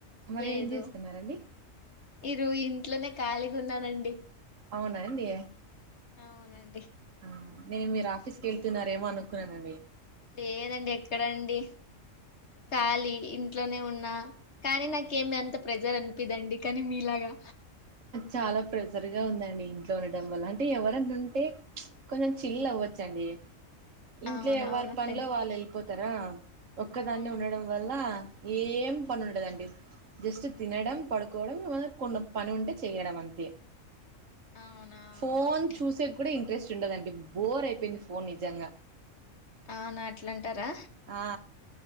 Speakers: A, on the right (about 70°); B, on the left (about 55°).
A: మరి
B: లేదు
A: ఏం జేస్తున్నారండి?
B: ఇరు ఇంట్లోనే ఖాళీగా ఉన్నానండి
A: అవునండి
B: అవునండి
A: ఆ నేను మీరు ఆఫీస్కి
B: ఉమ్.
A: వెళ్తున్నారేమోనుకు కుండి
B: లేదండి ఎక్కడండి ఖాలీ ఇంట్లోనే ఉన్నా కానీ నాకేమి అంత ప్రెజర్ అనిపిదండి కానీ మీలాగా
A: చాలా ప్రెజర్ గా ఉందండి ఇ ఉండడం
B: ఉమ్.
A: వల్ల అంటే ఎవర అంటే కొంచెం చిల్ అవ్వచ్చండి ఇంట్లో
B: అవునవును
A: ఎవరి పనిలో
B: ఫ్రెండ్
A: వాళ్ళు వెళ్ పోతారా ఒక్కదాన్ని
B: అవునవును
A: ఉండడం వల్ల ఏం పని ఉండదండి జస్ట్ తినడం పడుకోవడం ఏమనా కొన్ని పనింటడి చేయడం అంతే
B: అవునా అవునులేండి
A: ఫోన్ చూసే కూడా ఇంకా ఇంట్రెస్ట్ ఉండదండి బోర్ అయిపోయింది ఫోన్ నిజంగా
B: ఆనా అట్లంటారా
A: ఆ!